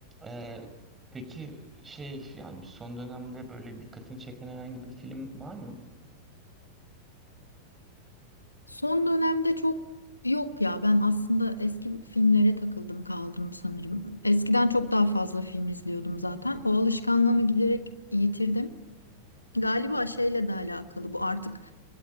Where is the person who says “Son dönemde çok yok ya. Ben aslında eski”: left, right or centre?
Left